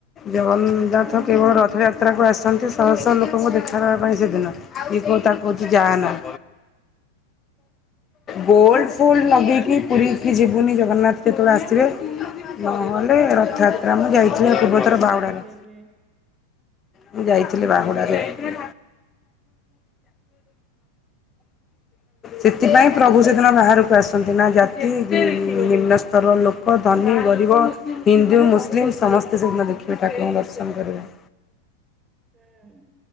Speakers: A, on the left (about 30°); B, on the right (about 20°).
A: ଜଗନ୍ନାଥ
B: ହଁ
A: କେବଳ ରଥଯାତ୍ରାକୁ ଆସି। ଅଛନ୍ତି ଶହ ଶହ ଲୋକଙ୍କୁ ଦେଖା ଦେବା ପାଇଁ ସେଦିନ କି କେଉ ତା କହୁଛି ଯାଆନା। ଗୋଲ୍ଡ ଫୋଲ୍ଡ ଲଗେଇକି ପୁରୀକି ଯିବୁନି ଜଗନ୍ନାଥ କେତେବେଳେ ଆସିବେ? ନହଲେ ରଥଯାତ୍ରା ମୁଁ ଯାଇଥିଲି
B: ତ
A: ପୂର୍ବଥର
B: ଯାଇନି
A: ବାଉଡାରେ।
B: କେବେ ବି।
A: ମୁଁ ଯାଇଥିଲି
B: କେବେ
A: ବାହୁଡାରେ।
B: ଦେଖିନି
A: ହଁ। ସେଥିପାଇଁ ପ୍ରଭୁ ସେଦିନ ବାହାରକୁ ଆସନ୍ତି ନା ଜାତି ନିମ୍ନ ସ୍ତର ଲୋକ ଧନୀ। ହିନ୍ଦୁ ମୁସଲି ସମସ୍ତେ ସେଦିନ ଦେଖିବେ ଠାକୁରଙ୍କୁ ଦର୍ଶନ କରିବେ।
B: ହୁଁ।